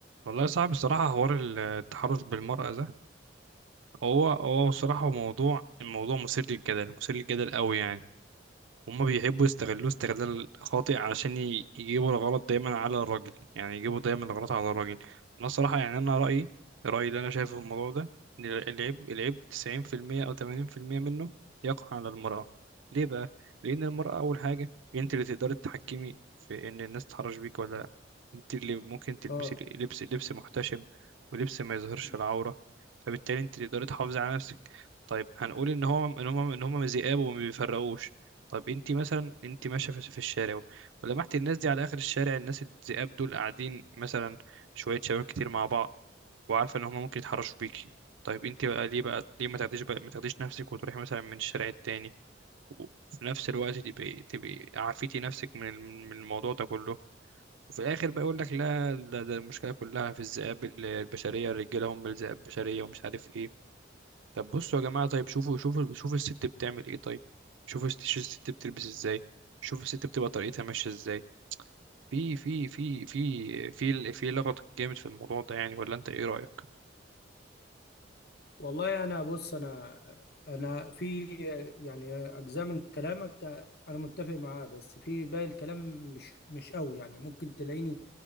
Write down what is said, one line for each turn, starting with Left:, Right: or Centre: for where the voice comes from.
Right: والله صعب الصراحة حوار التحرش بالمرأة ده هو هو الصراحة موضوع الموضوع مثير للجدل مثير للجدل قوي يعني هما بيحبوا يستغلوه استغلال خاطئ علشان ي- يجيبوا الغلط دايما على الراجل يعني يجيبوا دايما الغلط على الراجل انا الصراحه يعني انا رايي رايي اللي انا شايفه في الموضوع ده ان ال- العيب العيب 90% او 80% منه يقع على المراه ليه بقى لان المراه اول حاجه انت اللي تقدري تتحكمي في ان الناس تتحرش بيك ولا لا انت اللي ممكن تلبسي
Left: اه
Right: لبس لبس محتشم ولبس ما يظهرش
Left: مم.
Right: العوره فبالتالي انت اللي تقدري تحافظي على نفسك طيب هنقول ان هو ان هم ان هم ذئاب وما بيفرقوش طب انت مثلا انت ماشيه في في الشارع ولمحت الناس دي على اخر الشارع الناس الذئاب دول قاعدين مثلا شويه شباب كتير مع بعض وعارفه ان هما ممكن يتحرشوا بيكي طيب انت بقى ليه بقى ليه ما تاخديش بقى ما تاخديش نفسك وتروحي مثلا من الشارع التاني وفي نفس الوقت تبقي تبقي عافيتي نفسك من الم- من الموضوع ده كله وفي الاخر بقى يقول لك لا ده, ده المشكله كلها في الذئاب ال- البشريه الرجاله هم الذئاب البشريه ومش عارف ايه طب بصوا يا جماعة طيب شوفوا شوفوا شوفوا الست بتعمل ايه طيب شوفوا الست- شوفوا الست بتلبس ازاي شوفوا الست بتبقى طريقتها ماشية ازاي في في في في في في لغط جامد في الموضوع ده يعني ولا انت ايه رأيك
Left: والله انا بص انا انا في يعني اجزاء من كلامك انا متفق معاه بس في باقي الكلام مش مش قوي يعني ممكن تلاقيني